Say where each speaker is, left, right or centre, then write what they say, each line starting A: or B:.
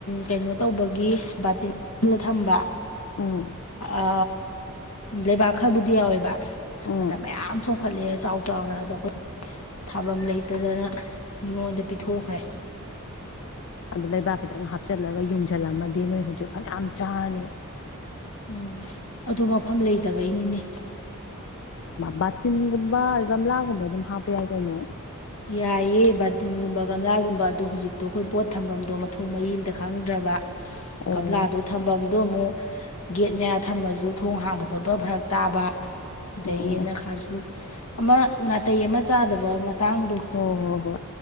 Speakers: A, on the left; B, on the left.
A: ꯀꯩꯅꯣ ꯇꯧꯕꯒꯤ ꯕꯥꯇꯤꯟ ꯂ ꯊꯝꯕ
B: ꯎꯝ
A: ꯑ ꯂꯩꯕꯥꯛ ꯈꯔꯕꯨꯗꯤ ꯌꯥꯎꯋꯦꯕ
B: ꯎꯝ
A: ꯑꯗ ꯃꯌꯥꯝ ꯆꯣꯛꯈꯠꯂꯑꯦ ꯆꯥꯎ ꯆꯥꯎꯅ ꯑꯗ ꯑꯩ ꯊꯥꯐꯝ ꯂꯩꯇꯗꯅ ꯃꯤꯉꯣꯟꯗ ꯄꯤꯊꯣꯛꯈ꯭ꯔꯦ
B: ꯑꯗꯨ ꯂꯩꯕꯥꯛ ꯈꯤꯇꯪ ꯍꯥꯞꯆꯤꯜꯂꯒ ꯌꯨꯡꯁꯤꯜꯂꯝꯃꯗꯤ ꯅꯣꯏ ꯍꯧꯖꯤꯛ ꯐꯅꯌꯥꯝ ꯆꯥꯔꯅꯤ
A: ꯎꯝ ꯑꯗꯨ ꯃꯐꯝ ꯂꯩꯇꯕꯩꯅꯤꯅꯦ
B: ꯕꯥꯇꯤꯟꯒꯨꯝꯕ ꯒꯝꯂꯥꯒꯨꯝꯕ ꯑꯗꯨꯝ ꯍꯥꯞꯄ ꯌꯥꯏ ꯀꯩꯅꯣ
A: ꯌꯥꯏꯌꯦ ꯕꯗꯤꯟꯒꯨꯝꯕ ꯒꯝꯂꯥꯒꯨꯝꯕ ꯑꯗꯣ ꯍꯧꯖꯤꯛꯇꯣ ꯑꯩꯈꯣꯏ ꯄꯣꯠ ꯊꯝꯐꯝꯗꯣ ꯃꯊꯣꯡ ꯃꯔꯤ ꯑꯃꯝꯇ ꯈꯪꯗ꯭ꯔꯕ
B: ꯑꯣ
A: ꯀꯃꯂꯥꯗꯣ ꯊꯝꯐꯝꯗꯨꯣ ꯑꯃꯨꯛ ꯒꯦꯠ ꯃꯌꯥ ꯊꯝꯃꯁꯨ ꯊꯣꯡ ꯍꯥꯡꯕ ꯈꯣꯠꯄ ꯐꯔꯛ ꯇꯥꯕ ꯑꯗꯒꯤꯅ
B: ꯑꯣ
A: ꯈꯥꯔꯁꯨ ꯑꯃ ꯅꯥꯇꯩ ꯑꯃ ꯆꯥꯗꯕ ꯇꯥꯡꯗꯣ
B: ꯍꯣꯏ ꯍꯣꯏ ꯍꯣꯏ